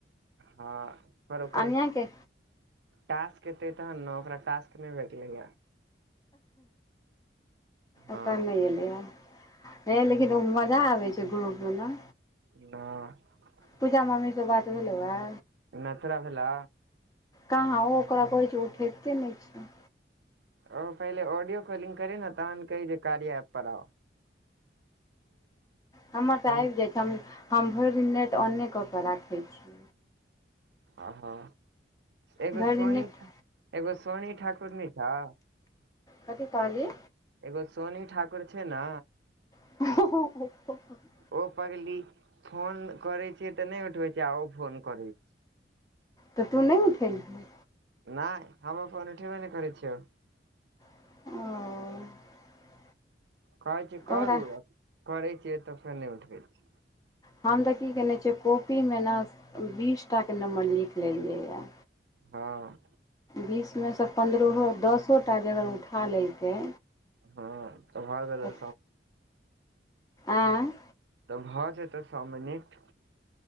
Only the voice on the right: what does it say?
हँ पर ओकर
टास्क एतै तहन न ओकरा टास्क नहि भेटलैय हँ
नहि
नहि तोरा भेलौ
ओ पहिले ऑडियो काॅलिंग करी न तहन कही जे कार्या एप पर आउ
हम
ओ एगो
सोनी
एगो सोनी ठाकुर नै छौ
एगो सोनी ठाकुर छै न
ओ पगली फोन करै छिय तऽ नहि उठबै छै आ ओ फोन करै
नहि हम अपन उठेबे नहि करै छियौ
कहै छिय करू
करै छियै तऽ फेर नहि उठबै छै
हँ
हँ भ ल गेलै
तऽ भऽ जेतै स मिनिट